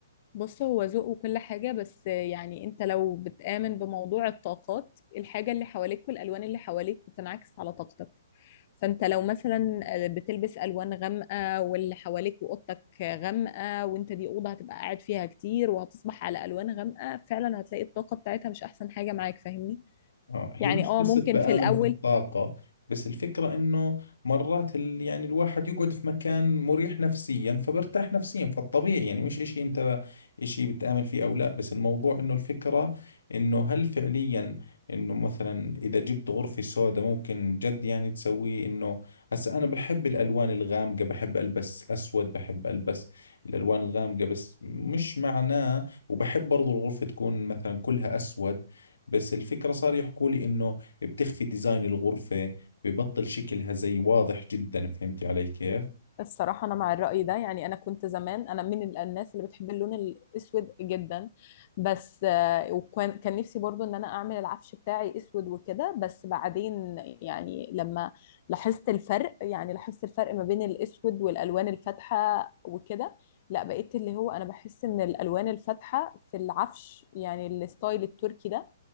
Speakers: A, on the left; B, on the left.
A: بص هو ذوق وكل حاجة بس يعني انت لو بتآمن بموضوع الطاقات الحاجة اللي حواليك والألوان اللي حواليك بتنعكس على طاقتك فانت لو مثلا آه، بتلبس ألوان غامقة واللي حواليك وأوضتك غامقة وانت دي أوضة هتبقى قاعد فيها كتير وهتصبح على ألوان غامقة فعلا هتلاقي الطاقة بتاعتها مش أحسن حاجة معاك فاهمني
B: آه هي
A: يعني
B: مش
A: اه
B: قصة
A: ممكن
B: بآمن
A: في الأول
B: في الطاقة بس الفكرة إنه مرات ال... يعني الواحد يقعد في مكان مريح نفسيا فبرتاح نفسيا فالطبيعي يعني مش إشي أنت إشي بتآمن فيه أو لا بس الموضوع إنه الفكرة إنه هل فعليا إنه مثلا إذا جبت غرفة سوداء ممكن جد يعني تسويه إنه هسا أنا بحب الألوان الغامقة بحب ألبس أسود بحب ألبس الألوان الغامقة بس مش معناه وبحب برضو الغرفة تكون مثلا كلها أسود بس الفكرة صار يحكوا لي إنه بتخفي ديزاين الغرفة ببطل شكلها زي واضح جدا فهمتي علي كيف؟
A: الصراحة أنا مع الرأي ده يعني أنا كنت زمان أنا من ال- الناس اللي بتحب اللون الأسود جدا بس آه، وكان كان نفسي برضو إن أنا أعمل العفش بتاعي أسود وكده بس بعدين يعني لما لاحظت الفرق يعني لاحظت الفرق ما بين الأسود والألوان الفاتحة وكده لا بقيت اللي هو أنا بحس إن الألوان الفاتحة في العفش يعني الستايل التركي ده